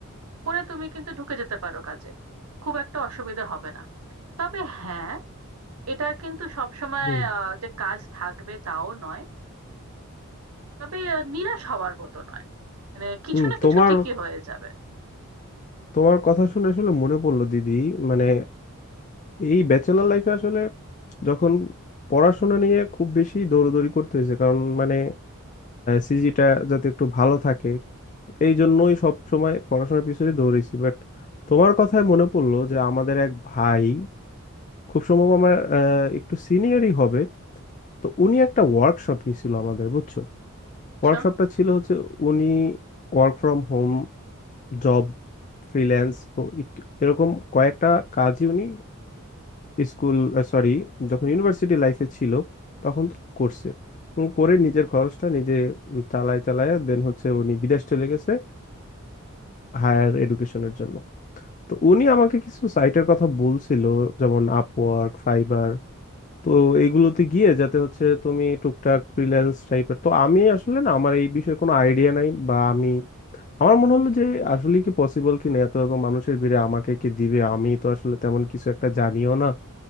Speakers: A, on the right; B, on the left.
A: করে তুমি কিন্তু ঢুকে যেতে পারো কাজে খুব একটা অসুবিধা হবে না তবে হ্যাঁ এটা কিন্তু সবসময়
B: হুম
A: আহ, যে কাজ থাকবে তাও নয় তবে আহ, নিরাশ হওয়ার মতো নয় মানে কিছু
B: হুম
A: না
B: তোমার
A: কিছু ঠিকই হয়ে যাবে
B: তোমার কথা শুনে আসলে মনে পড়লো দিদি মানে এই ব্যাচেলার লাইফে আসলে যখন পড়াশোনা নিয়ে খুব বেশি দৌড়দৌড়ি করতে হয়েছে কারণ মানে সিজিটা যাতে একটু ভালো থাকে এই জন্যই সব সময় পড়াশোনার পিছনে দৌড়েছি বাট তোমার কথায় মনে পড়লো যে আমাদের এক ভাই খুব সম্ভব আমার আহ, একটু সিনিয়রই হবে তো উনি একটা ওয়ার্কশপ নিছিল আমাদের বুঝছো
A: আচ্ছা
B: ওয়ার্কশপটা ছিল হচ্ছে উনি work from home job freelance তো ইট- এরকম কয়েকটা কাজই উনি স্কুল সরি যখন ইউনিভার্সিটি লাইফে ছিল তখন করছে উম, করে নিজের খরচটা নিজে উম চালায় চালায় দেন হচ্ছে উনি বিদেশ চলে গেছে হায়ার এডুকেশনের জন্য তো উনি আমাকে কিছু সাইটের কথা বলছিল যেমন আপওয়ার্ক ফাইবার তো এইগুলোতে গিয়ে যাতে হচ্ছে তুমি টুকটাক ফ্রিল্যান্স টাইপের তো আমি আসলে না আমার এই বিষয়ে কোনো আইডিয়া নাই বা আমি আমার মনে হলো যে আসলে কি পসিবল কি না এত এত মানুষের ভিড়ে আমাকে কি দিবে আমি তো আসলে তেমন কিছু একটা জানিও না